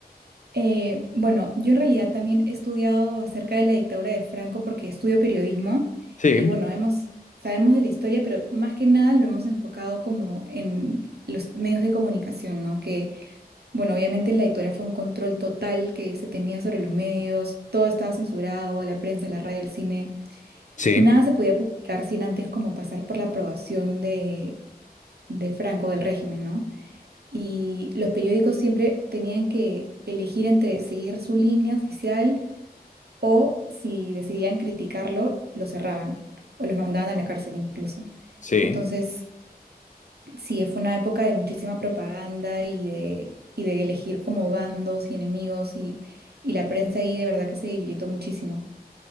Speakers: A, on the right; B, on the left.
A: Eh, bueno, yo en realidad también he estudiado acerca de la dictadura de Franco porque estudio periodismo
B: Sí,
A: y bueno, hemos, sabemos de la historia, pero más que nada lo hemos enfocado como en los medios de comunicación, ¿no? Que Bueno, obviamente en la dictadura fue un control total que se tenía sobre los medios, todo estaba censurado, la prensa, la radio, el cine.
B: sí,
A: Nada se podía publicar sin antes como pasar por la aprobación de, de Franco, del régimen, ¿no? Y los periódicos siempre tenían que elegir entre seguir su línea oficial o si decidían criticarlo, lo cerraban o los mandaban a la cárcel incluso.
B: sí,
A: Entonces, Sí, fue una época de muchísima propaganda y de, y de elegir como bandos y enemigos y, y la prensa ahí de verdad que se debilitó muchísimo.